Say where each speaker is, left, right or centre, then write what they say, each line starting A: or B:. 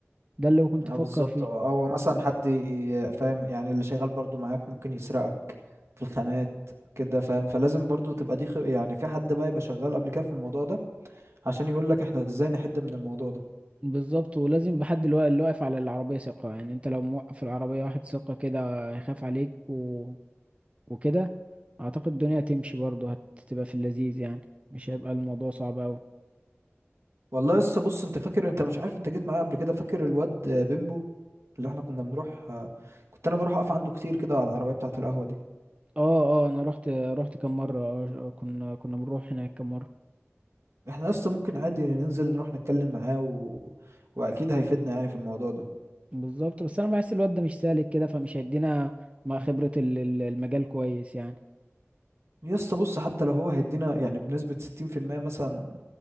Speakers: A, on the right (about 25°); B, on the right (about 70°).
A: اللي كنت
B: أه
A: افكر
B: بالظبط
A: فيه
B: أه أو مثلا حد ي- فاهم يعني اللي شغال برضو معاك ممكن يسرقك في الخامات كده فاهم فلازم برضو تبقى دي خ... يعني في حد بقى يبقى شغال قبل كده في الموضوع ده عشان يقولك احنا ازاي نحد من الموضوع ده
A: بالظبط ولازم بحد الوا- اللي واقف على العربيه ثقه يعني انت لو موقف العربيه واحد ثقه كده هيخاف عليك و... وكده اعتقد الدنيا هتمشي برضه هتبقى في اللذيذ يعني مش هيبقى الموضوع صعب قوي
B: والله لسه بص انت فاكر انت مش عارف انت جيت معايا قبل كده فاكر الواد بيمبو اللي احنا كنا بنروح كنت انا بروح اقف عنده كتير كده على العربية بتاعة القهوة دي
A: اه اه انا رحت رحت كم مره آه، كنا كنا بنروح هناك كم مره
B: احنا لسه ممكن عادي ننزل نروح نتكلم معاه و... واكيد هيفيدنا يعني في الموضوع ده
A: بالظبط بس انا بحس الواد ده مش سالك كده فمش هيدينا مع خبرة ال- ال- المجال كويس يعني
B: لسه بص حتى لو هو هيدينا يعني بنسبة 60% مثلا